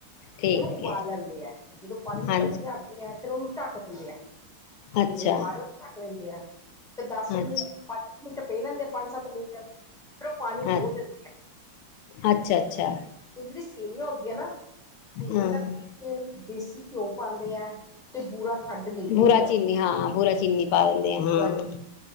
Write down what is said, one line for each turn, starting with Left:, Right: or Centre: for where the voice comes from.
Left: ਠੀਕ
Centre: ਉਹਨੂੰ ਉਬਾਲ
Left: ਹੈ
Centre: ਲੈਂਦੇ ਹੈ ਜਦੋਂ ਪਾਣੀ ਨੂੰ
Left: ਹਾਂਜੀ
Centre: ਕੱਢ ਕੇ ਫਿਰ ਉਹਨੂੰ ਢੱਕ ਦਿੰਦੇ ਆ ਸੇਵੀਆਂ
Left: ਅੱਛਾ
Centre: ਪਾਕੇ ਨੂੰ ਢੱਕ ਦਿੰਦੇ ਆ ਫਿਰ ਦੱਸ
Left: ਅੱਛਾ
Centre: ਮਿੰਟ ਪੰਜ ਮਿੰਟ ਪੈ ਲੈਂਦੇ ਪੰਜ ਸੱਤ ਮਿੰਟ ਸਿਰਫ ਪਾਣੀ ਡੋਲ੍ਹ
Left: ਅੱਛਾ
Centre: ਦਿੰਦੇ ਆ।
Left: ਅੱਛਾ ਅੱਛਾ
Centre: ਤੇ ੳਹ ਜਿਹੜੀ ਸੇਵੀਆਂ ਹੁੰਦੀਆਂ ਨੇ ਨਾ ਸੇਵੀਆ
Left: ਹਾਂ
Centre: ਤੇ ਦੇਸੀ ਘਿਓ ਪਾਉਂਦੇ ਹੈ। ਤੇ ਬੁਰਾ ਖੰਡ ਮਿਲਦੇ
Left: ਬੂਰਾ
Centre: ਬਜ਼ਾਰੋਂ
Left: ਚੀਨੀ ਹਾਂ ਬੂਰਾ ਚੀਨੀ ਪਾ ਦਿੰਦੇ ਹਾਂ
Centre: ਬੁਰਾ